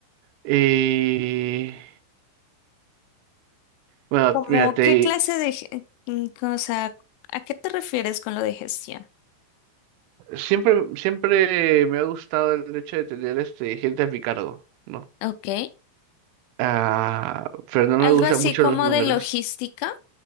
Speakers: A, on the right; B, on the left.
A: Eh... Bueno,
B: Como,
A: mira, te...
B: ¿qué clase de, ge- mm, o a qué te refieres con lo de gestión?
A: siempre, siempre me ha gustado el hecho de tener este, gente a mi cargo, ¿no?
B: Ok,
A: Ah, pero no
B: algo
A: me gustan
B: así
A: mucho
B: como
A: los números.
B: de logística,